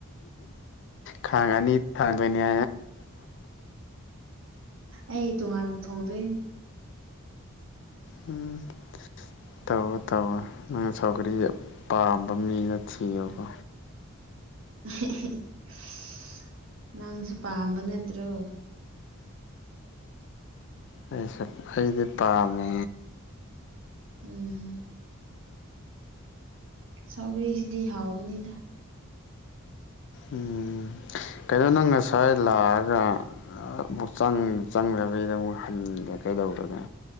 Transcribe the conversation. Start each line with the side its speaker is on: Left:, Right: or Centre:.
Left: ꯈꯥꯡ ꯑꯅꯤ ꯊꯥꯡꯗꯣꯢꯅꯦ
Right: ꯑꯩ ꯇꯣꯉꯥꯟꯅ ꯊꯣꯡꯗꯣꯏꯅꯦ
Left: ꯎꯝ ꯇꯧꯋꯣ ꯇꯧꯋꯣ ꯅꯪꯅ ꯁꯧꯒ꯭ꯔꯤ ꯄꯥꯝꯕ ꯃꯤꯃ ꯊꯤꯌꯨꯀꯣ
Right: <unintelligible> ꯅꯪꯁꯨ ꯄꯥꯝꯕ ꯅꯠꯇ꯭ꯔꯣ
Left: ꯑꯩꯁꯨ ꯑꯩꯗꯤ ꯄꯥꯝꯃꯦ
Right: ꯎꯝ ꯁꯧꯒ꯭ꯔꯤꯁꯤꯗꯤ ꯍꯥꯎꯕꯅꯤꯗ
Left: ꯎꯝ ꯀꯩꯩꯅꯣ ꯅꯪ ꯉꯁꯥꯏ ꯂꯥꯛꯑꯒ ꯑꯃꯨꯛ ꯆꯪ ꯆꯪꯗꯕꯤꯗ ꯑꯃꯨꯛ ꯍꯟꯒꯦ ꯀꯩꯗꯧꯔꯒ